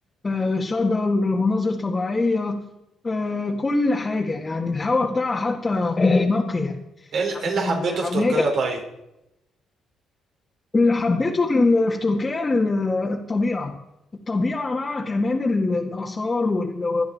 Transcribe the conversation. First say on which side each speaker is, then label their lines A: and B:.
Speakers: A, on the left (about 25°); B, on the right (about 65°).
A: آه، شجر مناظر طبيعية آه، كل حاجة يعني الهواء بتاعها حتى نقي يعني
B: ايه ال-
A: يعني
B: إيه اللي
A: من
B: حبيته
A: الأماكن
B: في تركيا طيب
A: اللي حبيته ال- في تركيا ال- الطبيعة الطبيعة مع كمان ال- الآثار وال-